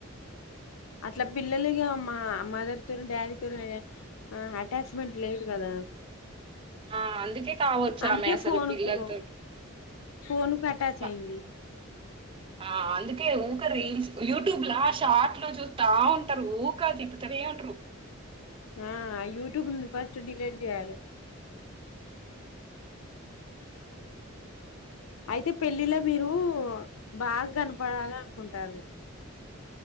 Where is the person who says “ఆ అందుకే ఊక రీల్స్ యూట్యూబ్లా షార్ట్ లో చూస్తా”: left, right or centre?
Right